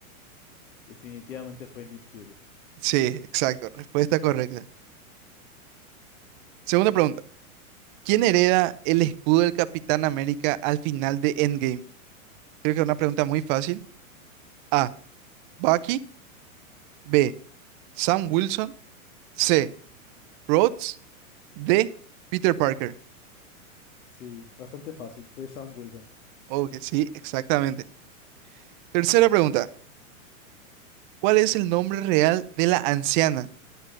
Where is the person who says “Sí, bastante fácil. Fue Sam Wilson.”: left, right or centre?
Left